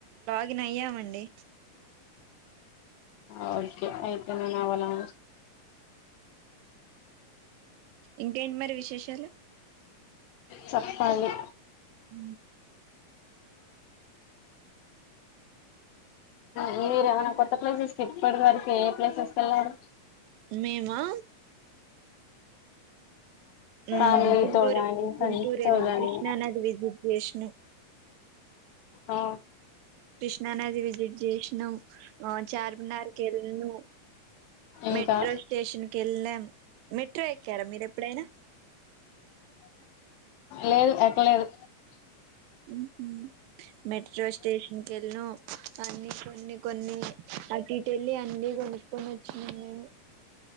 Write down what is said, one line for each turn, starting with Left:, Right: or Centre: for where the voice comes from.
Right: న అయ్యామండి
Left: ఓకే అయితే నేననవలా
Right: ఇంకేంటి మరి విశేషాలు
Left: చప్పాలి
Right: అ
Left: మీర ఏమైనా కొత్త ప్లేసెస్ ఇప్పటి వరకు ఏ ప్లేసెస్కి వెళ్లారు
Right: మేమా ఉ
Left: ఫ్యామిలీతో
Right: గుంటూరు
Left: గానీ ఫ్రెండ్స్
Right: గుంటూర్
Left: తో
Right: ఏళ్లనం
Left: గానీ
Right: కృష్ణానది విజిట్ విష్ణు
Left: ఆ
Right: కృష్ణా నది విజిట్ చేసిన చార్మినార్కి కేళ్ళను
Left: ఇంకా
Right: మెట్రో స్టేషన్ కె వెళ్ళాం మెట్రో ఎక్కారా మీర ఎప్పుడైనా
Left: లేదు ఎక్కలేదు
Right: ఉహామ్ మెట్రో స్టేషన్ క వెళ్లినం అన్ని కొన్ని కొన్ని అటుఇటు ఎల్లి అన్ని కొంచుకొని వచ్చినం మేము